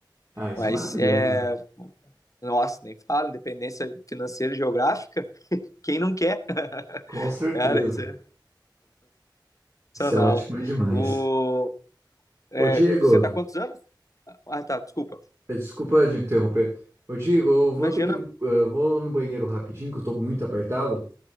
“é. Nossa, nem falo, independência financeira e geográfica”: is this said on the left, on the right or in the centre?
Left